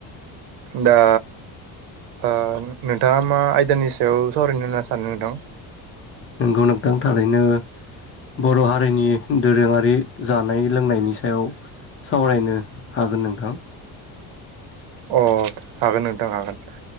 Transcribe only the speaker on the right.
दा ओ नोंथाङा मा आयदानि सायाव सावरायनो होनना सानो नोंथां
अ हागोन नोंथां हागोन